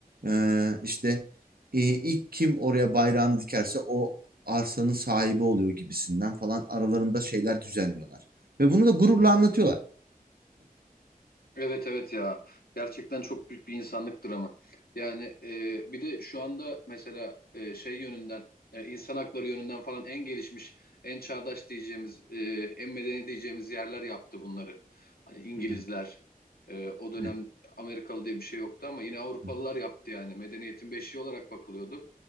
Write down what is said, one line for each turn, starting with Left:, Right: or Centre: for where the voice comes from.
Right: e, işte e, ilk kim oraya bayrağını dikerse o arsanın sahibi oluyor gibisinden falan aralarında şeyler düzenliyorlar. Ve bunu da gururla anlatıyorlar.
Left: Evet evet ya gerçekten çok büyük bir insanlık dramı. Yani e, bir de şu anda mesela e, şey yönünden e, insan hakları yönünden falan en gelişmiş, en çağdaş diyeceğimiz, e, en medeni diyeceğimiz yerler yaptı bunları. Hani İngilizler
Right: Hı, hı,
Left: e, o dönem
Right: Evet.
Left: Amerikalı diye bir şey yoktu ama yine Avrupalılar
Right: Hı hı.
Left: yaptı yani medeniyetin beşiği olarak bakılıyordu.